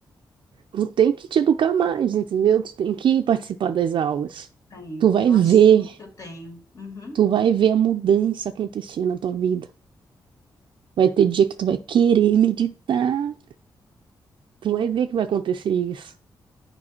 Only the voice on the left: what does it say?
Tenho,
eu
assumo que eu tenho. Uhum.